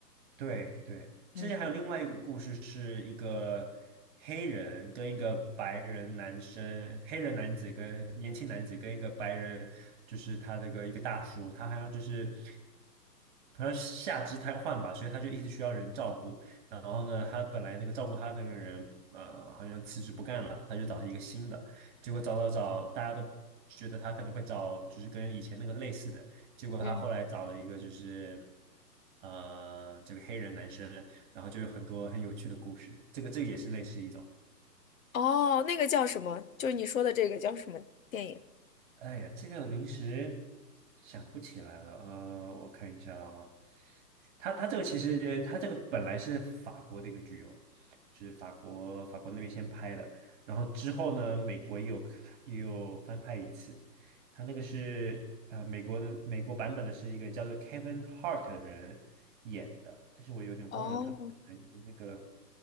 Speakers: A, on the right; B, on the left.
A: 对对，
B: 嗯嗯
A: 之前还有另外一个故事，是一个黑人跟一个白人男生，黑人男子跟年轻男子跟一个白人，就是他那个一个大叔，他好像就是好像下肢瘫痪吧，所以他就一直需要人照顾。然后呢，他本来那个照顾他那个人，呃，好像辞职不干了，他就找一个新的，结果找找找，大家都觉得他可能会找就是跟以前那个类似的。结果他后来找了一个就是，
B: 嗯。
A: 呃，这个黑人男生，然后就有很多很有趣的故事。这个这个也是类似一种。
B: 哦，那个叫什么？就是你说的这个叫什么电影？
A: 哎呀，这个临时想不起来了。呃，我看一下哦，他他这个其实他这个本来是法国的一个剧哦，就是法国法国那边先拍的，然后之后呢，美国也有也有翻拍一次。他那个是呃美国的美国版本的是一个叫做 Kevin Hart 的人演的，但是我有点忘了他本来的那个
B: 哦，